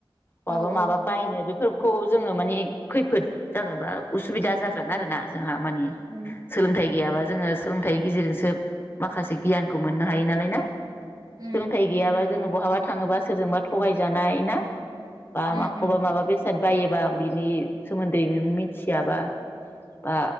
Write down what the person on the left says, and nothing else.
बाबा
माबा
बायनो बेफोरखौ जोङो माने खैफोद जागोन बा उसुबिदा जागोन आरोना जोंहा। माने
सोलोंथाय गैयाब्ला। जोङो सोलोंथाइनि गेजेरजोंसो माखासे गियानखौ मोननो हायो नालाय ना।
सोलोंथाइ गैयाबा जोङो बहाबा थाङोबा सोरजोंबा थगायजानाय ना बा
माखौबा
माबा बेसाद बायोबा बिनि सोमोन्दै नों मिथियाबा बा